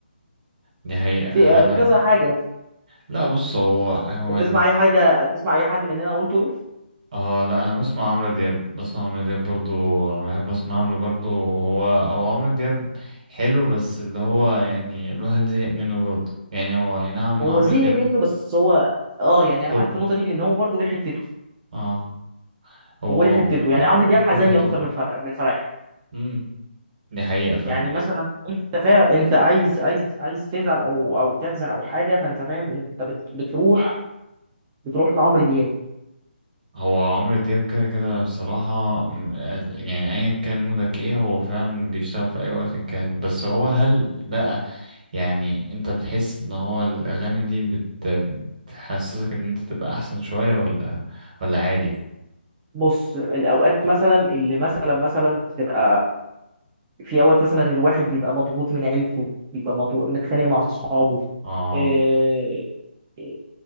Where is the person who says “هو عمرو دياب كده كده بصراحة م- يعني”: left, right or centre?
Right